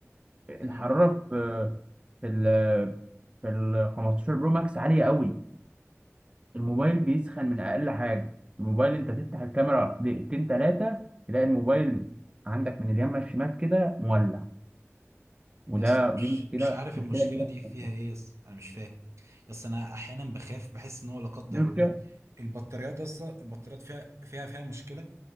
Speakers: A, on the right; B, on the right.
A: الحراره
B: مم.
A: في آه، في ال في ال 15 برو ماكس عاليه قوي الموبايل بيسخن من اقل حاجه الموبايل انت تفتح الكاميرا دقيقتين ثلاثه تلاقي الموبايل عندك من اليمين للشمال كده مولع وده
B: يس أنا مش
A: دي مشكله
B: مش عارف
A: مشكله
B: المشكلة
A: كبيره
B: دي
A: في السامسونج.
B: فيها ايه يس انا مش فاهم يس انا احيانا بخاف بحس ان هو لا قدر
A: دي مشكله
B: الله البطاريات يس البطاريات فيها فيها فيها مشكلة